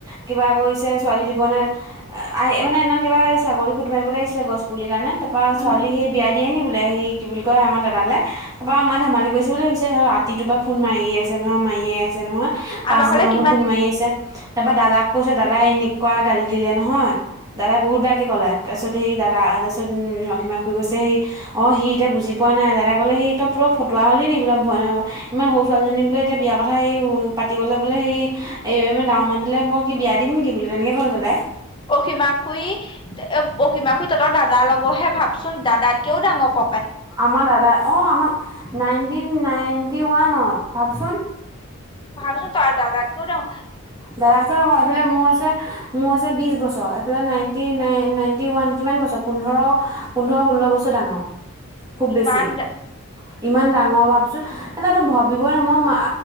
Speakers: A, on the right; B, on the left.
A: কিবা কৰিছে ছোৱালী দিব নাই। আই এ মানে সেইদনাখন কিবা ছাগলী ফটু মাৰিবলে আইছিলে গছ পুলিৰ কাৰণে তাপা
B: উম
A: ছোৱালী সেই বিয়া দিয়ে নি বুলে সেই কি বুলি কয় আমাৰ দাদা লে। তাপা আমা ধেমালি কৰিছে বুলি ভাবিছে আতিটোৰ পৰা ফোন মাৰিয়ে আছে নহয় মাৰিয়ে আছে নহয়। পাছদিনাখনো
B: আমাৰ ঘৰলে কিমান
A: ফোন মাৰি আছে তাপা দাদাক কৈছে দাদাই এনেকুৱা গালি দিলে নহয়। দাদাই বহুত বেয়াকে ক'লে তাছত সেই দাদা আ তাছত উম অসীমা খুই কৈছে সেই অ সি ইতিয়া বুজি পোৱা নাই দাদা কলে সি ত প্ৰ ফটুৱা হলি নি বোলে ভৈনেও ইমান সউ ছোৱালীজনী বোলে এতিয়া বিয়া কথা সেই উ পাতিবলে বুলে সেই এই ইমান ডাঙৰ মানুটোলে মই কি বিয়া দিম নেকি বুলে তেনেকে ক'লে দাদায়।
B: অসীমা খুই এব অসীমা খুই তাতৰ দাদাৰ লগৰহে ভাবচোন দাদাতকেও ডাঙৰ ক
A: আমা দাদাৰ অ আমা নাইনটিন নাইনটি ওৱানত ভাবচোন।
B: ভাবচোন তই দাদাতকেও ডাঙ
A: দাদাতকেও ডাঙ এইফালে মোৰ হৈছে মোৰ হৈছে বিছ বছৰ এইফালে নাইণ্টি নাইন নাইণ্টি ওৱান কিমান বছৰ পোন্ধৰ পোন্ধৰ ষোল্ল বছৰ ডাঙ। খুব বেছি
B: ইমান
A: ইমান ডাঙৰ ভাবচোন। নাই এইটো ভাবিবই ন মই মা